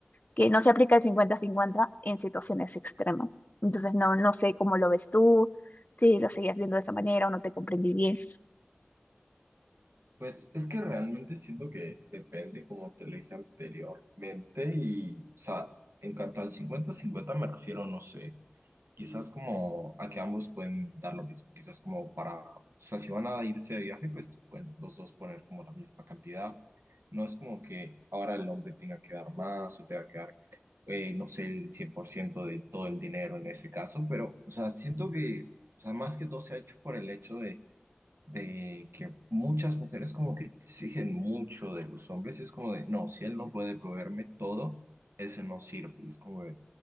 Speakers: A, on the left; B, on the right.
A: que no se aplica el cincuenta-cincuenta en situaciones extremas. Entonces, no, no sé cómo lo ves tú, si lo seguías viendo de esa manera o no te comprendí bien.
B: Pues es que realmente siento que depende, como te lo dije anteriormente, y, o sea, en cuanto al cincuenta 50 me refiero, no sé. Quizás como a que ambos pueden dar lo mismo, quizás como para, o sea, si van a irse de viaje, pues pueden los dos poner como la misma cantidad. No es como que ahora el hombre tenga que dar más o tenga que dar, eh, no sé, el 100% de todo el dinero en ese caso, pero, o sea, siento que, o sea, más que todo se ha hecho por el hecho de, de que muchas mujeres como que exigen mucho de los hombres y es como de, no, si él no puede proveerme todo, ese no sirve. Y es como de...